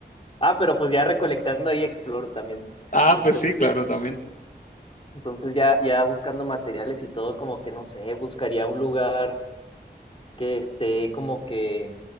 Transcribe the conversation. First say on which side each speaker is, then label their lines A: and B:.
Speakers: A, on the left; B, on the left.
A: Ah, pero pues ya recolectando ahí exploro también.
B: Ah,
A: Entonces,
B: pues sí, claro, también.
A: entonces ya, ya buscando materiales y todo, como que no sé, buscaría un lugar que esté como que